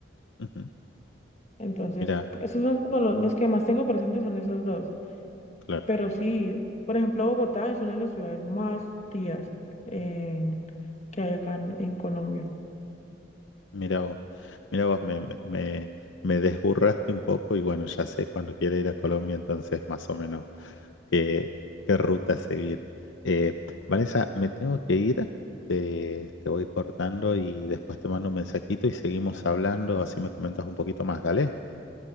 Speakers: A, on the left; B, on the left.
A: Ujú.
B: Entonces,
A: Mira,
B: esos son como lo- los, que más tengo presentes son esos dos.
A: claro,
B: Pero sí, por ejemplo, Bogotá es una de las ciudades más tías eh, que hay acá en, en Colombia.
A: mira vos, mira vos, me, me, me me desburraste un poco y bueno, ya sé cuando quiera ir a Colombia, entonces más o menos qué, qué ruta seguir. Eh, Vanessa, me tengo que ir, te, te voy cortando y después te mando un mensajito y seguimos hablando, así me comentas un poquito más, ¿dale?